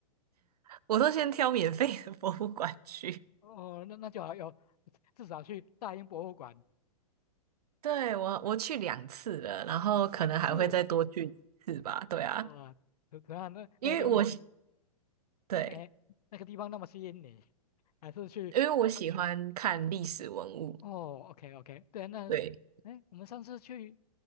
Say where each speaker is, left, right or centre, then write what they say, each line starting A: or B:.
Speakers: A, on the right (about 80°); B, on the left (about 85°).
A: 我都先挑免费的博物馆去，
B: 哦，那那就好有至少去大英博物馆
A: 对，我我去两次了，然后可能还会再多去一次吧。
B: 两次，
A: 对啊，
B: 哇、怎怎样？那那个地方，
A: 因为我对。
B: 那哎，那个地方那么吸引你，还是去
A: 因为我喜欢看历史文物，
B: 哦，OK，OK，对啊，那哎，
A: 对，
B: 我们上次去